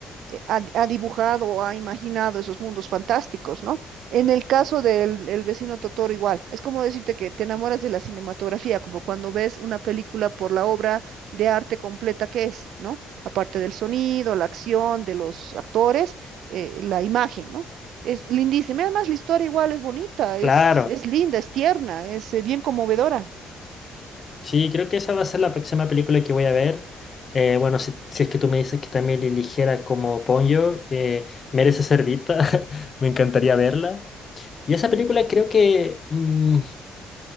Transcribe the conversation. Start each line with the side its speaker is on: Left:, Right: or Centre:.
Right: eh, ha, ha dibujado o ha imaginado esos mundos fantásticos, ¿no? En el caso del el vecino Totoro igual, es como decirte que te enamoras de la cinematografía, como cuando ves una película por la obra de arte completa que es, ¿no? Aparte del sonido, la acción de los actores, eh, la imagen, ¿no? Es lindísima, además la historia igual es bonita,
Left: claro.
Right: es, es linda, es tierna, es eh, bien conmovedora.
Left: Sí, creo que esa va a ser la próxima película que voy a ver. Eh, bueno, si, si es que tú me dices que también eligiera como Ponyo, eh, merece ser vista. <laughs> Me encantaría verla. Y esa película creo que... mm,